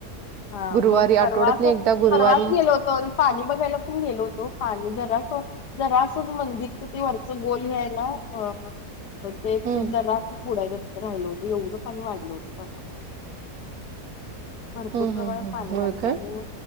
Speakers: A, on the left; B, on the right.
A: हा
B: गुरुवारी
A: मग परवा
B: आठवड्यातनं
A: असच,
B: एकदा गुरुवारी
A: परवाच गेलो होत तर पाणी बघायला पण गेलो होतो. पाणी जरा जरा असंच, मंदिरचं ते वरचं गोलय ही हाय ना, अ पण ते
B: हम्म.
A: जरासच बुडायला राहिलं होतं, एवढं पाणी वाढलं होतं परवा. भरपूर
B: हम्म
A: प्रमाणात
B: हम्म हम्म
A: पाणी
B: होय
A: वाढलं.
B: काय?